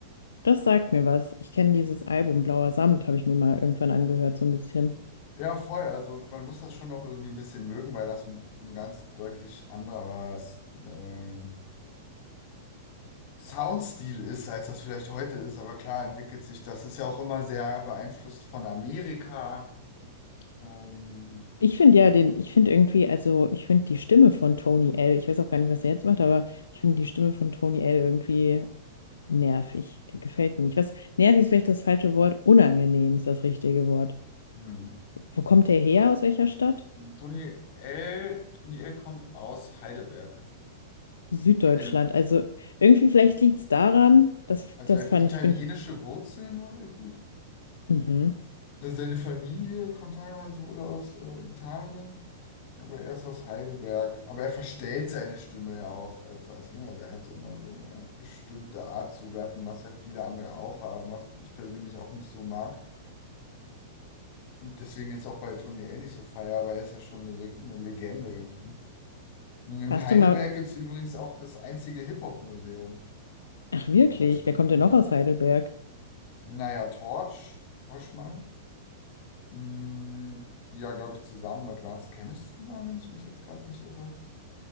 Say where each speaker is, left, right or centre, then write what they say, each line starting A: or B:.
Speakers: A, on the left; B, on the left.
A: das sagt mir was. Ich kenne dieses Album Blauer Samt, habe ich mir mal irgendwann angehört, so ein bisschen.
B: Ja, voll. Also man muss das schon noch irgendwie ein bisschen mögen, weil das ein, ein ganz deutlich anderes ähm, Soundstil ist, als das vielleicht heute ist, aber klar entwickelt sich das. Ist ja auch immer sehr beeinflusst von Amerika. Ähm,
A: Ich finde ja den, ich finde irgendwie, also ich finde die Stimme von Tony L., ich weiß auch gar nicht, was er jetzt macht, aber ich finde die Stimme von Tony L. irgendwie nervig. Die gefällt mir nicht. Was, nervig ist vielleicht das falsche Wort, unangenehm ist das richtige Wort.
B: hm.
A: Wo kommt der her? Aus welcher Stadt?
B: Tony L. Tony L. kommt aus Heidelberg.
A: Süddeutschland.
B: Heide-
A: Also irgendwie vielleicht liegt es daran, das,
B: Also
A: das
B: er
A: fand
B: hat italienische
A: ich, finde ich.
B: Wurzeln wohl irgendwie.
A: Mhm.
B: Also seine Familie kommt teilweise wohl aus äh, Italien, aber er ist aus Heidelberg. Aber er verstellt seine Stimme ja auch etwas, ne? Also er hatte immer so eine bestimmte Art zu rappen, was ja viele andere auch haben, was ich persönlich auch nicht so mag. Und deswegen jetzt auch bei Tony L nicht so feier, aber er ist ja schon eine, eine Legende irgendwie. Und in
A: Warst
B: Heidelberg
A: du mal,
B: gibt es übrigens auch das einzige Hip-Hop-Museum
A: ach wirklich,
B: in Deutschland.
A: wer kommt denn
B: Ja.
A: noch aus Heidelberg?
B: Naja, Torch, Torchmann, mh, die ja, glaube ich, zusammen Advanced Chemistry waren, wenn ich mich jetzt gerade nicht irre.